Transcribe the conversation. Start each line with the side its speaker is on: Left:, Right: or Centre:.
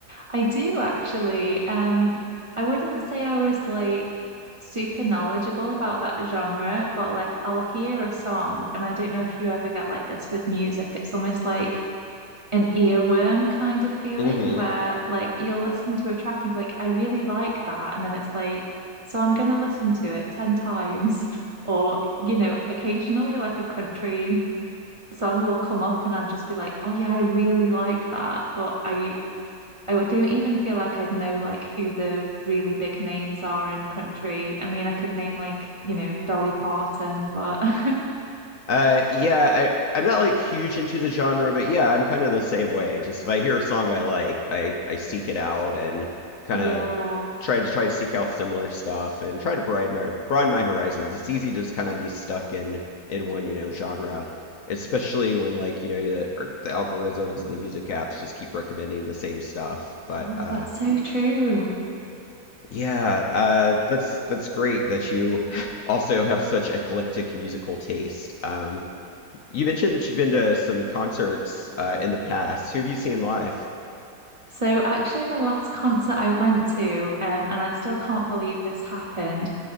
Right: I do actually. Um, I wouldn't say I was like super knowledgeable about that genre, but like I'll hear a song, and I don't know if you ever get like this with music. It's almost like an earworm kind of feeling
Left: hmm
Right: where like you'll listen to a track and be like, I really like that. And then it's like, so I'm gonna listen to it 10 times. <laughs> Or, you know, occasionally like a country song will come up and I'll just be like, oh yeah, I really like that. But I I would- don't even feel like I'd know like who the really big names are in country. I mean, I could name like, you know, Dolly Parton, but <laughs>
Left: Uh, yeah, I, I'm not like huge into the genre, but yeah, I'm kind of the same way. Just if I hear a song
Right: Mm.
Left: I like, I, I seek it out and kind
Right: yeah.
Left: of try to try to seek out similar stuff and try to broaden my broaden my horizons. It's easy to just kind of be stuck in in one, you know, genre, especially when like, you know, the, or the algorithms and the music apps just keep recommending the same stuff. But
Right: Oh,
Left: uh,
Right: that's so true.
Left: yeah, uh, that's that's great that you <laughs> also have such eclectic musical taste. Um, you mentioned that you'd been to some concerts uh, in the past. Who have you seen live?
Right: So actually the last concert I went to, um, and I still can't believe this happened,